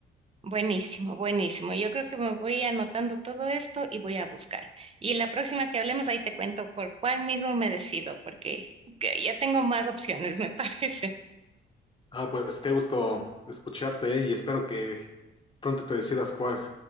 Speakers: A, on the right; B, on the left.
A: Buenísimo, buenísimo. Yo creo que me voy anotando todo esto y voy a buscar. Y la próxima que hablemos, ahí te cuento por cuál mismo me decido, porque que ya tengo más opciones, me <laughs> parece.
B: Ah, pues qué gusto escucharte eh, y espero que pronto te decidas cuál.